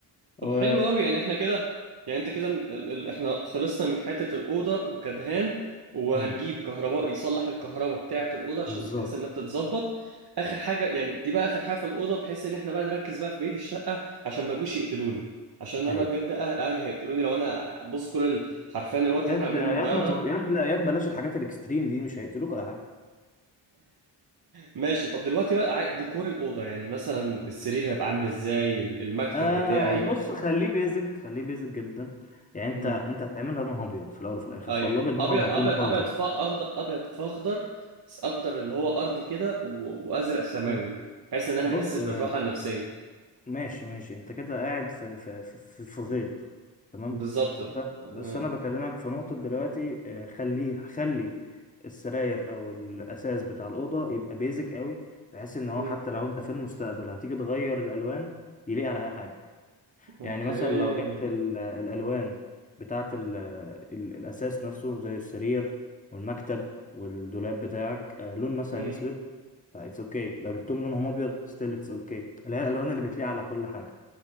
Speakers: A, on the right (about 50°); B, on the left (about 15°).
A: طب
B: و...
A: حلو قوي يعني احنا كده يعني انت كده م- ال... ال... احنا خلصنا من حتة الأوضة وكدهان وهنجيب
B: مم،
A: كهرباء يصلح الكهرباء بتاعة الأوضة عشان
B: بالظبط
A: بحيث انها تتظبط اخر حاجة يعني دي بقى اخر حاجة في الأوضة بحيث ان احنا بقى نركز بقى في بقية الشقة عشان ما يجوش يقتلوني عشان انا
B: ايوه
A: بجد أه- اهلي هيقتلوني لو انا بص كل ال- حرفيا الوقت
B: يد
A: اللي احنا عاملين
B: يد
A: بنضيعه
B: ما
A: ده
B: تو... يد لا يد بلاش الحاجات الاكستريم دي مش هيقتلوك ولا حاجة
A: ماشي طب دلوقتي بقى ع- ديكور الأوضة يعني مثلا السرير هيبقى عامل ازاي ال- المكتب
B: آه
A: بتاعي
B: بص خليه بيزك خليه بيزك جدا يعني انت
A: امم
B: انت هتعملها لونها ابيض في الاول وفي الاخر
A: ايوه
B: فالابيض
A: ابيض
B: هو اللي هيكون
A: ابيض
B: طاغي
A: ابيض ف اخضر ابيض في اخضر بس اخضر اللي هو ارضي كده و- وازرق سماوي
B: مم.
A: بحيث ان انا
B: بص
A: احس
B: آه
A: بالراحة النفسية
B: ماشي ماشي انت كده قاعد في في في, في في غيط تمام
A: بالظبط
B: بس انا
A: آه.
B: بس أنا بكلمك في نقطة دلوقتي آه خليه خلي السراير او الاساس بتاع الاوضة يبقى بيزك قوي بحيث ان هو
A: مم.
B: حتى لو انت في المستقبل هتيجي تغير الالوان يليق على اي حاجة
A: اوكي
B: يعني مثلا لو جبت اوكي ال- الألوان بتاعة ال- ال- الأساس نفسه زي السرير والمكتب والدولاب بتاعك آه، لون مثلا
A: مم.
B: أسود فإتس أوكي لو جبتهم لونهم أبيض ستيل إتس أوكي اللي هي الألوان اللي بتليق على كل حاجة